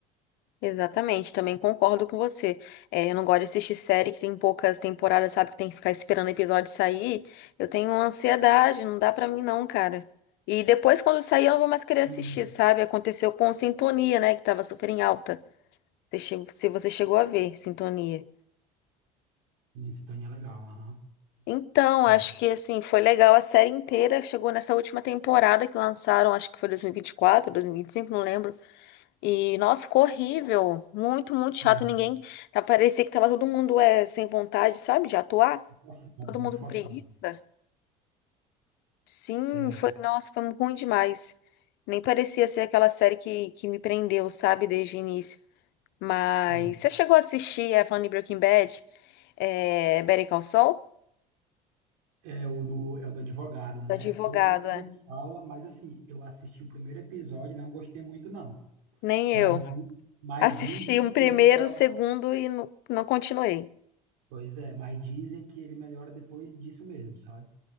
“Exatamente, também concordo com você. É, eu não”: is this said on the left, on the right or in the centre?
Left